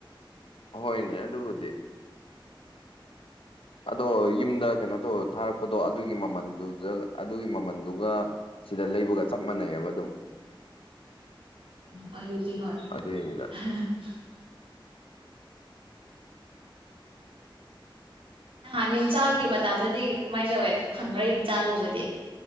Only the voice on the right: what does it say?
ꯎꯝ ꯑꯗꯨꯗꯤ ꯍꯣꯏ
<unintelligible>
ꯅꯍꯥꯟ ꯌꯣꯡꯆꯥꯛꯒꯤ ꯃꯇꯝꯗꯗꯤ ꯀꯃꯥꯏ ꯇꯧꯋꯦ ꯐꯪꯕ꯭ꯔꯥ ꯌꯣꯡꯆꯥꯛꯒꯨꯝꯕꯗꯤ